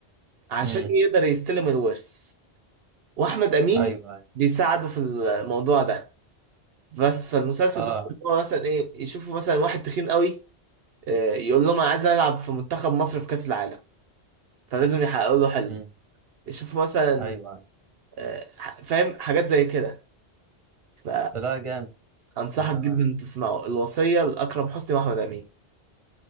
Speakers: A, on the right (about 70°); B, on the right (about 30°).
A: عشان
B: امم
A: يقدر يستلم الورث وأحمد أمين
B: ايوه أيوة.
A: بيساعده في الموضوع ده بس فالمسلسل
B: اه
A: بقى إن هو مثلا إيه يشوفوا مثلا واحد تخين قوي آه، يقول لهم أنا عايز ألعب في منتخب مصر في كأس العالم فلازم يحققوا له حلمه
B: امم
A: يشوفوا مثلا
B: ايوه أيوة.
A: آه، فاهم حاجات زي كده ف
B: لا جامد
A: أنصحك
B: آه.
A: جدا تسمعه الوصية لأكرم حسني وأحمد أمين